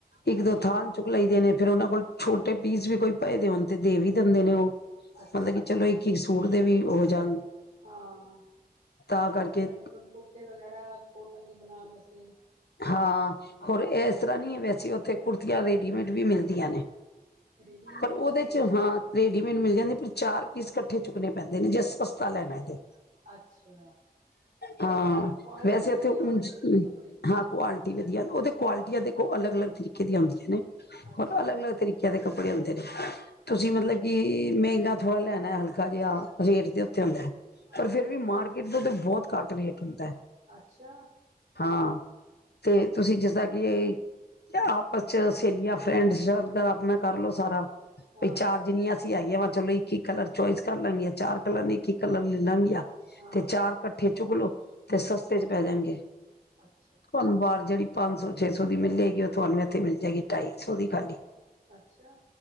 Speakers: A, on the left (about 85°); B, on the right (about 60°).
A: ਇੱਕ
B: ਹਾਂ
A: ਦੋ ਥਾਨ ਚੁੱਕ ਲਈਦੇ ਨੇ। ਫੇਰ ਉਹਨਾਂ ਕੋਲ ਛੋਟੇ ਪੀਸ ਵੀ ਕੋਈ ਪਏ ਦੇ ਹੋਣ ਤੇ ਦੇ ਵੀ ਦਿੰਦੇ ਨੇ ਉਹ।
B: ਅੱਛਾ।
A: ਮਤਲਬ ਕਿ ਚਲੋ ਇੱਕ ਇੱਕ ਸੂਟ ਦੇ ਵੀ ਹੋ ਜਾਣ।
B: ਹਾਂ
A: ਤਾਂ ਕਰਕੇ
B: ਇਸ ਤਰ੍ਹਾਂ ਜੇ ਹੁਣ ਕੁੜਤੇ ਵਗੈਰਾ ਕੋਟਨ ਦੇ ਬਣਾਉਣ ਵਾਸਤੇ
A: ਹਾਂ ਹੋਰ ਏਸ ਤਰ੍ਹਾਂ ਨੀ ਵੈਸੇ ਉੱਥੇ ਕੁੜਤੀਆਂ ਰੈਡੀਮੇਡ ਵੀ ਮਿਲ ਦੀਆਂ ਨੇ
B: ਅੱਛਾ ਰੇਡੀਮੇਡ
A: ਪਰ
B: ਮਿਲ
A: ਉਹਦੇ
B: ਜਾਂਦੀ
A: ਚ
B: ਹੈ
A: ਹਾਂ ਰੇਡੀਮੇਡ ਮਿਲ ਜਾਂਦੇ ਚਾਰ ਪੀਸ ਇਕੱਠੇ ਚੁੱਕਣੇ ਪੈਂਦੇ ਨੇ ਜੇ ਸਸਤਾ ਲੈਣਾ ਏ ਤੇ।
B: ਅੱਛਾ।
A: ਹਾਂ
B: ਕੁਆਲਿਟੀ
A: ਵੈਸੇ
B: ਵਧੀਆ
A: ਇੱਥੇ ਉਜ
B: ਹੋਣੀ ਚਾਹੀਦੀ ਨਾ ਕੱਪੜੇ ਦੀ
A: ਹਾਂ ਕੁਆਲਿਟੀ ਵਧੀਆ ਉਹਦੇ ਕੁਆਲਿਟੀਆਂ ਤੇ ਉਹ ਅਲੱਗ ਅਲੱਗ ਤਰੀਕੇ ਦੀਆਂ ਹੁੰਦੀਆਂ ਨੇ।
B: ਅੱਛਾ
A: ਹੋਰ ਅਲੱਗ ਅਲੱਗ ਤਰੀਕਿਆਂ ਦੇ ਕੱਪੜੇ ਹੁੰਦੇ ਨੇ ਤੁਸੀ
B: ਅੱਛਾ
A: ਮਤਲਬ
B: ਅੱਛਾ
A: ਕਿ ਮਹਿੰਗਾ ਥੋੜਾ ਲੈਣਾ ਹਲਕਾ ਜਿਹਾ। ਰੇਟ ਦੇ ਉੱਤੇ ਹੁੰਦਾ ਹੈ।
B: ਹਾਂ
A: ਪਰ
B: ਹਾਂ
A: ਫਿਰ ਵੀ ਮਾਰਕੀਟ ਤੋਂ ਤਾਂ ਬਹੁਤ ਘੱਟ ਰੇਟ ਹੁੰਦਾ ਹੈ
B: ਅੱਛਾ
A: ਹਾਂ। ਤੇ ਤੁਸੀਂ ਜਿਸਦਾ ਕਿ ਇਹ ਆਪਸ ਚ ਸਹੇਲੀਆਂ ਫਰੈਂਡ ਆਪਣਾ ਕਰਲੋ ਸਾਰਾ
B: ਹਾਂ
A: ਤੇ ਚਾਰ ਜਾਨੀਆਂ ਅਸੀਂ ਹੈਗੀਆਂ ਵਾ ਚਲੋ ਇੱਕ ਹੀ ਕਲਰ ਚੋਇਸ ਕਰ ਲਾਂਗੇ ਆ ਚਾਰ ਕਲਰ ਨੇ ਇੱਕ ਹੀ ਕਲਰ ਲੈ ਲਾਂਗੀਆਂ।
B: ਹਾਂ
A: ਤੇ ਚਾਰ ਕੱਠੇ ਚੁਕਲੋ ਤੇ ਸਸਤੇ ਚ ਪੈ ਜਾਣਗੇ।
B: ਅੱਛਾ
A: ਤੁਹਾਨੂੰ ਬਾਹਰ ਜਿਹੜੀ ਪੰਜ ਸੌ ਛੇ ਸੌ ਦੀ ਮਿਲ ਜਾਏਗੀ ਉਹ ਤੁਹਾਨੂੰ ਇੱਥੇ ਮਿਲ ਜਾਏਗੀ ਢਾਈ ਸੌ ਦੀ ਖਾਲੀ
B: ਅੱਛਾ